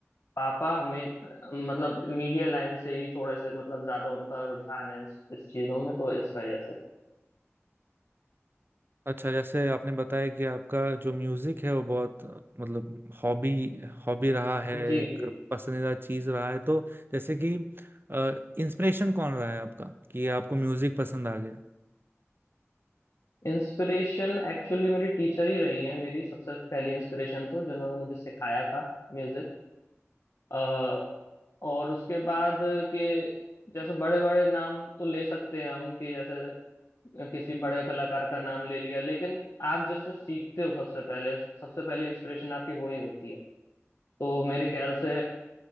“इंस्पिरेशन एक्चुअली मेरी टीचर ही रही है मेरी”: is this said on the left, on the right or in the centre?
Left